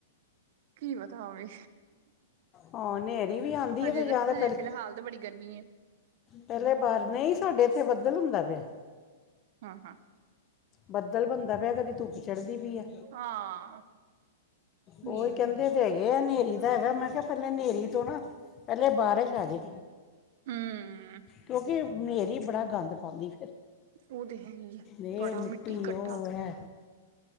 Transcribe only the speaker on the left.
ਹਾਂ ਹਨੇਰੀ ਵੀ ਆਂਦੀ
ਹੈ
ਜਾਂ ਤਾਂ ਪਹਿਲੇ
ਪਹਿਲੇ ਬਾਹਰ ਨਹੀਂ ਸਾਡੇ ਇੱਥੇ ਬੱਦਲ ਹੁੰਦਾ ਪਿਆ।
ਬੱਦਲ ਬਣਦਾ ਪਿਆ ਕਦੀ ਧੁੱਪ ਚੜ੍ਹਦੀ ਪਈ ਹੈ।
ਉਹ
ਹੀ ਕਹਿੰਦੇ।
ਹਨੇਰੀ ਦਾ ਹੈਗਾ ਮੈਂ ਕਿਹਾ ਪਹਿਲੇ ਹਨੇਰੀ ਤੋਂ ਨਾ ਪਹਿਲੇ ਬਾਰਿਸ਼ ਆ ਗਏ।
ਕਿਉਂਕਿ ਹਨੇਰੀ ਬੜਾ ਗੰਦ ਪਾਉਂਦੀ।
ਇਹ
ਉਹ ਹੈ